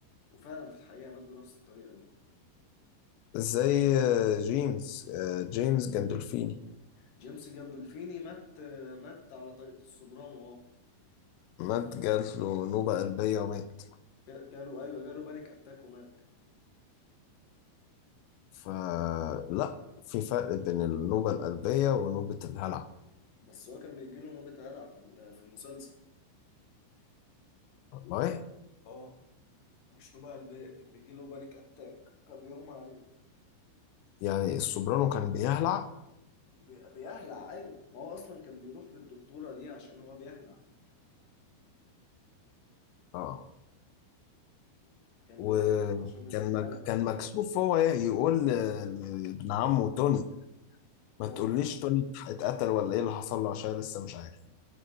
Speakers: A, on the left; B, on the left.
A: وفعلا في الحقيقة مات بنفس الطريقة دي
B: زي آه، جيمس آه، جيمس جندولفيني
A: جيمس جاندولفيني مات مات على طريقة السوبرانو اه
B: مات جات له نوبة قلبية ومات
A: جا- جاله ايوه جاله بانيك اتاك ومات
B: فلا في فرق بين النوبة القلبية ونوبة الهلع
A: بس هو كان بيجيله نوبة هلع في ال- في المسلسل
B: والله
A: اه مش نوبة قلبية كان بيجيله بانيك اتاك كان بيغمى عليه
B: يعني السوبرانو كان بيهلع
A: بي- بيهلع ايوه ما هو اصلا كان بيروح للدكتورة دي عشان هو بيهلع
B: اه
A: كان
B: وكان
A: بيروح لها عشان القلق
B: مك... كان مكسوف هو يقول ل- لابن عمه توني
A: اه
B: ما تقوليش توني اتقتل ولا ايه اللي حصل له عشان لسه مش عارف